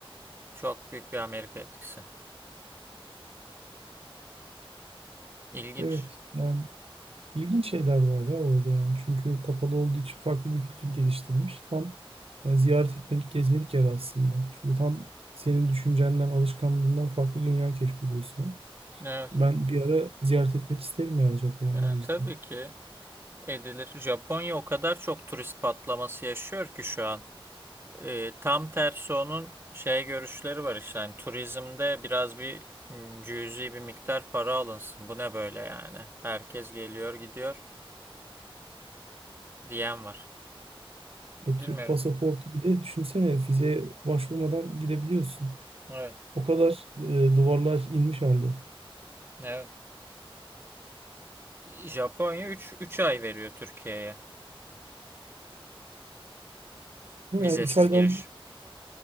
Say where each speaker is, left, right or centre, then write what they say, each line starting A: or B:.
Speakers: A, on the right; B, on the right.
A: Çok büyük bir Amerika etkisi. İlginç.
B: Evet, yani ilginç şeyler var ya orada yani. Çünkü kapalı olduğu için farklı bir kültür geliştirmiş. Tam yani ziyaret etmelik, gezmelik yer aslında. Çünkü tam senin düşüncenden, alışkanlığından farklı dünya keşfediyorsun.
A: Evet.
B: Ben bir ara ziyaret etmek isterim yani Japonya'yı
A: Yani
B: o yüzden.
A: tabii ki edilir. Japonya o kadar çok turist patlaması yaşıyor ki şu an. E, tam tersi onun şey görüşleri var işte yani turizmde biraz bir m, cüzi bir miktar para alınsın. Bu ne böyle yani? Herkes geliyor gidiyor diyen var. Bilmiyorum.
B: Ya Türk pasaportu bile düşünsene vizeye başvurmadan gidebiliyorsun.
A: Evet.
B: O kadar e, duvarlar inmiş halde.
A: Evet. Japonya 3 3 ay veriyor Türkiye'ye
B: Ama
A: vizesiz
B: Yani 3 aydan
A: giriş.